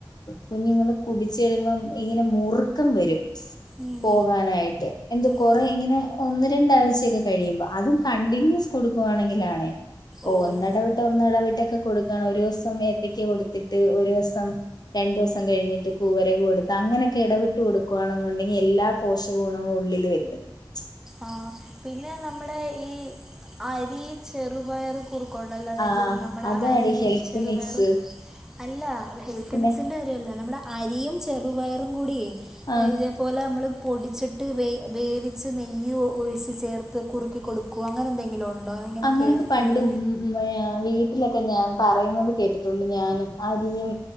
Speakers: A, on the left; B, in the centre.
A: കുഞ്ഞുങ്ങള് കുടിച്ച് കഴിയുമ്പം ഇങ്ങനെ മുറുക്കം വെരും
B: ഉം
A: പോവാനായിട്ട് എന്ത കൊറെ
B: ഉം
A: ഇങ്ങനെ ഒന്ന് രണ്ടാഴ്ച്യക്കെ കഴിയുമ്പോ അതും കണ്ടിന്യൂസ് കൊടുക്കുവാണെങ്കിലാണേ ഓ
B: ഓഹ്
A: ഒന്നിടവിട്ട് ഒന്നിടവിട്ടൊക്കെ കൊടുക്കാണ് ഒരുസം ഏത്തക്ക് കൊടുത്തിട്ട് ഒരുസം രണ്ടൂസം കഴിഞ്ഞിട്ട് കൂവരക് കൊടുത്ത അങ്ങനെക്കെ എടവിട്ട് കൊടുക്കുവാണെന്നുണ്ടെങ്കി എല്ലാ പോഷ ഷക ഗുണവും ഉള്ളില് <unintelligible>
B: ആഹ് പിന്നെ നമ്മടെ ഈ അരി ചെറുപയറ് കുർ കൊണ്ട്ള്ളതായത്
A: ആഹ്
B: നമ്മടെ
A: അതാടി
B: അരിയും
A: ഹെൽത്ത്
B: ചെറുപയറും
A: മിക്സ്
B: അല്ല ഹെൽത്തി
A: പിന്നെ
B: മിക്സിന്റര്യല്ല നമ്മുടെ അരിയും ചെറുപയറും കൂട്യേ
A: ആഹ്
B: ഇത് പോലെ നമ്മള് പൊടിച്ചിട്ട് വേ വേവിച്ച് നെയ് യ്യും ഒഴിച്ച് ചേർത്ത് കുറുക്കി കൊടുക്കൊ അങ്ങനെന്തെങ്കിലൊണ്ടോ ഞാങ്ങനെ
A: അങ്ങനൊക്കെ
B: കേട്ടിട്ടുണ്ട്
A: പണ്ട് <unintelligible> വീട്ടിലൊക്കെ ഞാൻ പറയ്ന്നത് കേട്ടിട്ടുണ്ട് ഞാനും അരിയും